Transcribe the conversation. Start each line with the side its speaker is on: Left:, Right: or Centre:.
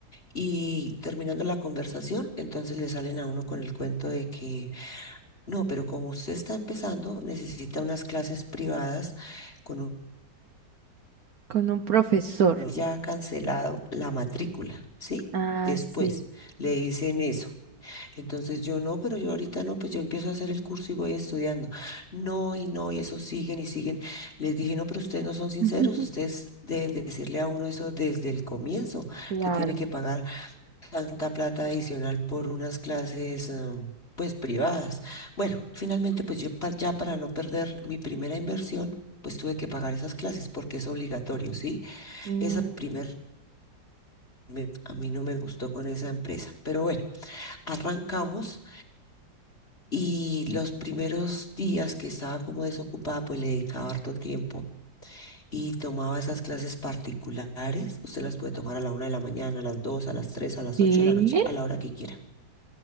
Left: Y terminando la conversación, entonces le salen a uno con el cuento de que, no, pero como usted está empezando, necesita unas clases privadas con un
Right: Con un profesor.
Left: uno ya cancelado la matrícula, ¿sí?
Right: Ah,
Left: Después
Right: sí.
Left: le dicen eso. Entonces yo no, pero yo ahorita no, pues yo empiezo a hacer el curso y voy estudiando. No, y no, y eso siguen y siguen. Les dije, no, pero ustedes no son sinceros,
Right: <laughs>
Left: ustedes deben decirle a uno eso desde el comienzo,
Right: Claro.
Left: que tiene que pagar tanta plata adicional por unas clases, mm, pues privadas. Bueno, finalmente, pues yo pa- ya para no perder mi primera inversión, pues tuve que pagar esas clases porque es obligatorio, ¿sí?
Right: Mm,
Left: Esa primer me- a mí no me gustó con esa empresa, pero bueno, arrancamos y los primeros días que estaba como desocupada, pues le dedicaba harto tiempo. Y tomaba esas clases particulares. Usted las puede tomar a la una de la mañana, a las dos, a las tres, a las
Right: Sí,
Left: ocho de la noche, a la hora que quiera.